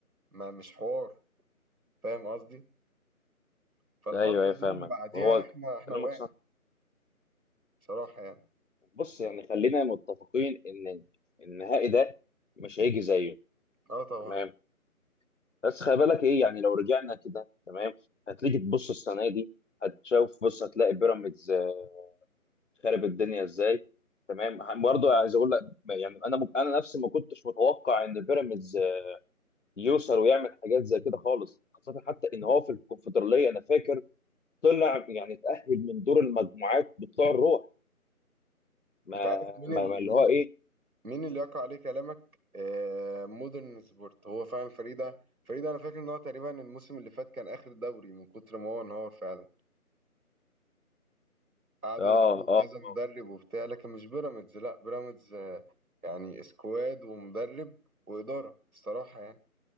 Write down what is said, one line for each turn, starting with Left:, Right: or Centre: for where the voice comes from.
Right: ما مش حوار فاهم قصدي فالفترة
Left: ايوه ايوه فاهمك
Right: دي من بعديها
Left: وهو
Right: احنا احنا
Left: كلامك
Right: وقعنا
Left: صح
Right: بصراحة يعني
Left: بص يعني خلينا متفقين ان النهائي ده مش هيجي زيه
Right: اه طبعا
Left: تمام بس خلي بالك ايه يعني لو رجعنا كده تمام هتيجي تبص السنه دي هتشوف بص هتلاقي بيراميدز آه، خرب الدنيا ازاي تمام برضه عايز اقول لك يعني انا انا نفسي ما كنتش متوقع ان بيراميدز يوصل ويعمل حاجات زي كده خالص خاصة حتى ان هو في الكونفدرالية انا فاكر طلع يعني اتأهل من دور المجموعات بطلوع الروح ما,
Right: انت عارف مين
Left: ما,
Right: اللي
Left: ما اللي
Right: مين
Left: هو ايه
Right: مين اللي يقع عليه كلامك آه مودرن سبورت هو فعلا فريدة فريدة انا فاكر ان هو تقريبا الموسم اللي فات كان اخر دوري من كتر ما هو انهار فعلا قعدوا
Left: اه
Right: يغيروا
Left: اه
Right: كذا
Left: اه
Right: مدرب وبتاع لكن مش بيراميدز لا بيراميدز آه يعني سكواد ومدرب وإدارة الصراحة يعني